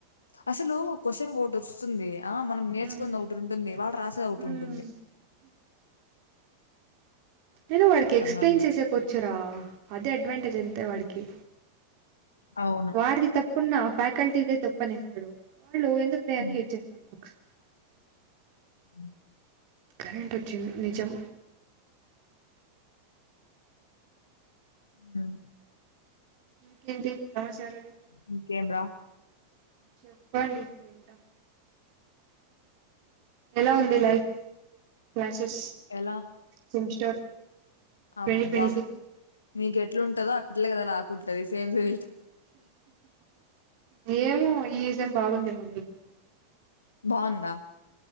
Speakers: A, on the left; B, on the right.
A: అసలు క్వశ్చన్ ఓటు వస్తుంది ఆ మనం నేర్చుకుని
B: ఉమ్
A: ఒకటి ఉంటుంది వాళ్ళ రాసేది ఒకటి
B: ఉమ్
A: ఉంటుంది
B: నేను వాడికి ఎక్స్ప్లెయిన్
A: కాదు నాకు.
B: చేసే ప చెపోచ్చురా అదే అడ్వాంటేజ్ జంతే వాడికి
A: అవును.
B: వాడిది తప్పున్నా ఫ్యాకల్టీదే తప్పు ప్పనేస్తాడు వాళ్ళు ఎందుకులే
A: హ్మ్.
B: అని ఏచ్చేస్తాం బుక్స్
A: మ్మ్
B: కరెంట్ వచ్చింది నిజం
A: మ్మ్
B: ఇంకేంది సమాచారాలు
A: ఇంకేంరా
B: చెప్పండి వింటా ఎలా ఉంది లైఫ్ లైఫ చెస్
A: ఎలా?
B: సెమిస్టర్ ట్వంటీ
A: అబ్బా
B: ట్వంటీ
A: నీకెట్లుంటదో అట్లనె కదా నాకుంటది సేమ్ సె
B: ఏమో ఈ ం బాగుందేమో మీకు అని చెప్
A: బావుందా